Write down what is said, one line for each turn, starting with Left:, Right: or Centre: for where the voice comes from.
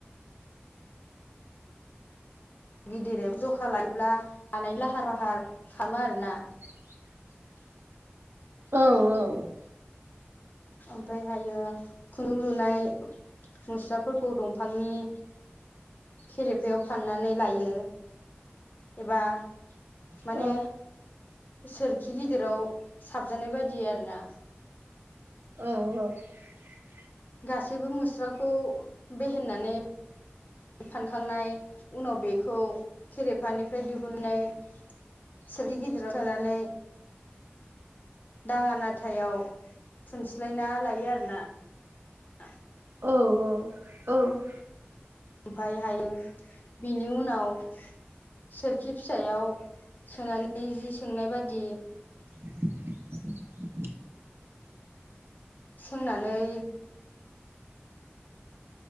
Left: गिदिरै जखा लायोब्ला हानायनि लाहार फाहार खालामो आरोना।
Right: <inaudible> औ औ।
Left: ओमफ्राय हायो खन्दुं लुनाय मुस्राफोरखौ दंफांनि खेरिफायाव फाननानै लायो एबा माने
Right: औ
Left: सोरखि गिदिराव साबजानाय बायदि आरो ना
Right: <unintelligible>
Left: गासैबो मुस्राखौ बेहेननानै फानखांनाय उनाव बेखौ खेरेफानिफ्राय दिहुननाय सोरि गिदिराव सोनानै दाङा नाथायाव थुनस्लायना लायो आरोोना <unintelligible>
Right: औ औ औ।
Left: ओमफायहायो बिनि उनाव सोरखि फिसायाव सोनानै जि सोंनाय बादि
Right: <unintelligible>
Left: सोंनानै